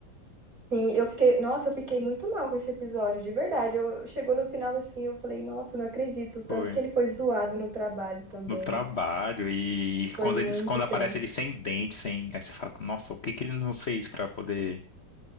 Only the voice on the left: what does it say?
foi.
No trabalho. E
quando,
eles, quando
aparece ele sem dente, sem. Aí você fala, nossa, o que que ele não fez pra poder.